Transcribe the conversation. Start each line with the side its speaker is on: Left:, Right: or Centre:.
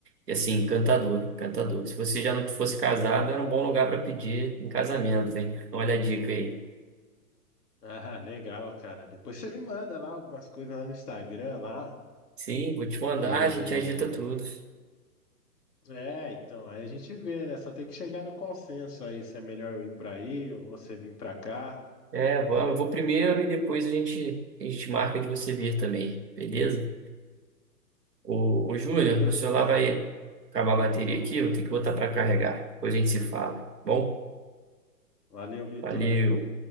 Right: E assim, encantador, encantador. Se você já não fosse casado, era um bom lugar pra pedir em casamento, hein? Olha a dica aí.
Left: Ah, legal, cara. Depois você me manda lá algumas coisas lá no Instagram lá.
Right: Sim, vou te mandar,
Left: E
Right: a gente agita tudo.
Left: é, então, aí a gente vê, né? Só tem que chegar no consenso aí se é melhor eu ir pra aí ou você vir pra cá.
Right: É, vamos, eu vou primeiro e depois a gente, a gente marca de você vir também, beleza? Ô, ô Júnior,
Left: Beleza,
Right: meu celular
Left: então.
Right: vai acabar a bateria aqui, vou ter que botar para carregar. Depois a gente se fala, tá bom?
Left: Valeu, Vitor.
Right: Valeu.